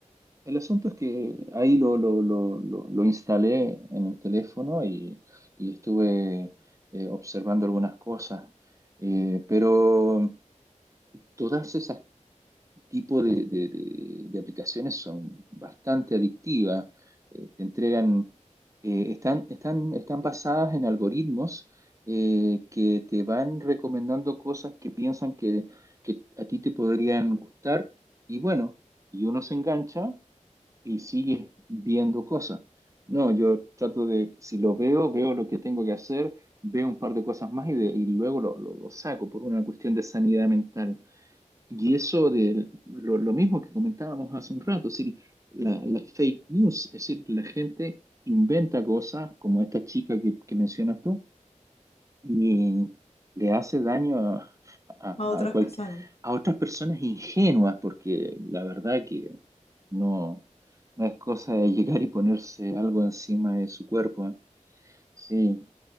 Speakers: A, on the right (about 25°); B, on the left (about 55°).
A: el asunto es que ahí lo, lo, lo, lo, lo instalé en el teléfono y, y estuve eh, observando algunas cosas, Eh, pero todas esas tipos de, de- de- de aplicaciones son bastante adictivas, Eh, te entregan, eh, están, están, están basadas en algoritmos eh, que te van recomendando cosas que piensan que, que a ti te podrían gustar y bueno, y uno se engancha y sigues viendo cosas. No, yo trato de, si lo veo, veo lo que tengo que hacer, veo un par de cosas más y, de- y luego lo, lo- lo saco por una cuestión de sanidad mental. Y eso de lo, lo mismo que comentábamos hace un rato, es decir, la, la fake news, es decir, la gente inventa cosas como esta chica que, que mencionas tú y le hace daño a, a,
B: a otras
A: a cual-
B: personas.
A: a otras personas ingenuas, porque la verdad que no, no es cosa de llegar y ponerse algo encima de su cuerpo, ¿eh? Sí,